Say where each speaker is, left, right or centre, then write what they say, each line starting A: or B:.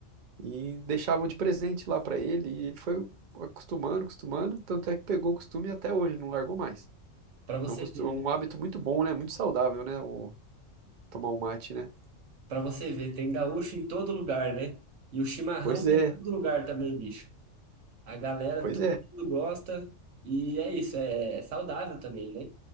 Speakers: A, on the right; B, on the right.
A: e deixavam de presente lá para ele, e ele foi acostumando, acostumando, tanto é que pegou o costume e até hoje, não largou mais.
B: para você
A: É um, costume,
B: ver, né?
A: um hábito muito bom, né? Muito saudável, né? O, tomar um mate, né?
B: Para você ver, tem gaúcho em todo lugar, né? E o chimarrão
A: Pois
B: tá
A: é,
B: em todo lugar também, bicho. A galera,
A: pois
B: todo
A: é.
B: mundo gosta e é isso, é, é saudável também, né?